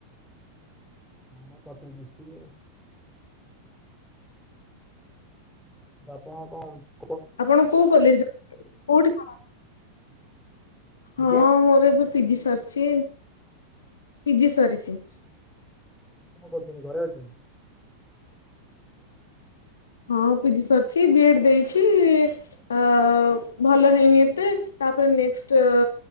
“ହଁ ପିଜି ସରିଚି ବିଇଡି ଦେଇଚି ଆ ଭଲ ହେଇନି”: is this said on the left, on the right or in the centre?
Left